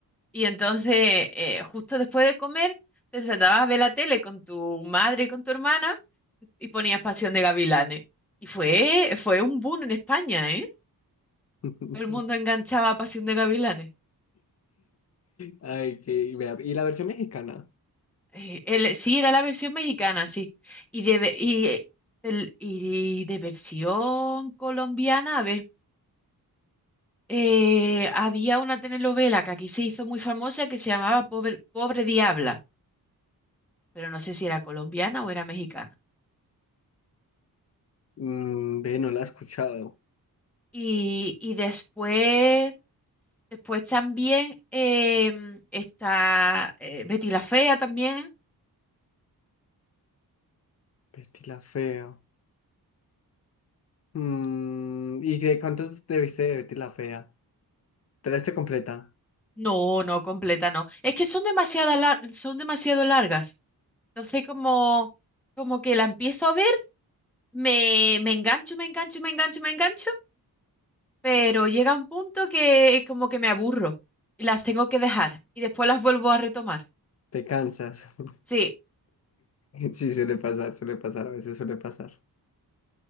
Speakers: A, in the centre; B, on the left (about 40°).
A: Y entonces, eh, justo después de comer, te sentabas a ver la tele con tu madre y con tu hermana. y ponías Pasión de Gavilanes. Y fue, fue un boom en España, ¿eh?
B: <laughs>
A: Todo el mundo enganchaba a Pasión de Gavilanes.
B: Ay, que... vea, Y la versión mexicana.
A: Eh, el- sí, era la versión mexicana, sí. Y de, ve- y, eh, el- y de versión colombiana, a ver, eh, había una telenovela que aquí se hizo muy famosa que se llamaba Pobre, Pobre Diabla, pero no sé si era colombiana o era mexicana.
B: Mm, ve, no la he escuchado.
A: Y, y después, después también em, está eh, Betty la Fea también.
B: Betty la Fea. Mm, ¿y de cuántos debiste de Betty la Fea? ¿Te la diste completa?
A: No, no, completa no. Es que son demasiada lar- son demasiado largas. Entonces, como, como que la empiezo a ver, me, me engancho, me engancho, me engancho, me engancho, pero llega un punto que como que me aburro y las tengo que dejar y después las vuelvo a retomar.
B: Te cansas. <laughs>
A: Sí,
B: Sí, suele pasar, suele pasar, a veces suele pasar.